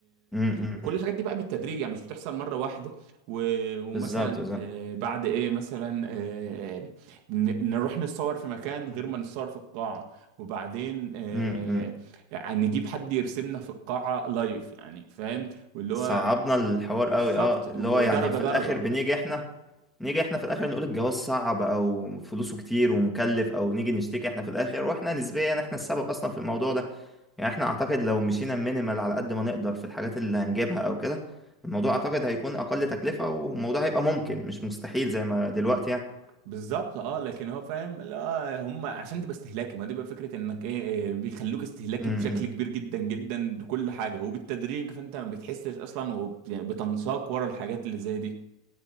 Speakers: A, in the centre; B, on the right.
A: م- م-
B: وكل
A: م.
B: الحاجات دي بقى بالتدريج يعني مش بتحصل مره واحده و... ومثلا
A: بالظبط بالظبط
B: آه، بعد ايه مثلا آه، آه، ن- نروح نتصور في مكان غير ما نتصور في القاعه وبعدين آه،
A: م- م.
B: يعني نجيب حد يرسمنا في القاعة لايف يعني فاهم واللي هو
A: صعبنا الحوار
B: بالظبط
A: قوي اه اللي
B: ودرجة
A: هو يعني في
B: درجة
A: الاخر بنيجي احنا نيجي احنا في الاخر نقول الجواز صعب او فلوسه كتير ومكلف او نيجي نشتكي احنا في الاخر واحنا نسبيا احنا السبب اصلا في الموضوع ده يعني احنا اعتقد لو مشينا مينيمال على قد ما نقدر في الحاجات اللي هنجيبها او كده الموضوع اعتقد هيكون اقل تكلفة والموضوع هيبقى ممكن مش مستحيل زي ما دلوقتي يعني
B: بالظبط اه لكن هو فاهم لا هم عشان تبقى استهلاكي ما دي بقى فكرة انك ايه إيه، بيخلوك استهلاكي
A: م-
B: بشكل
A: م.
B: كبير جدا جدا بكل حاجة وبالتدريج فانت ما بتحسش اصلا وبتنساق ورا الحاجات اللي زي دي